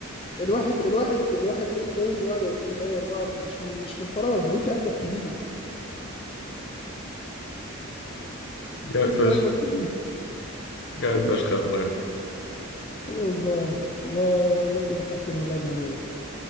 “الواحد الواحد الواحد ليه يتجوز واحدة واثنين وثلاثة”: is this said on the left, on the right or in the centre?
Left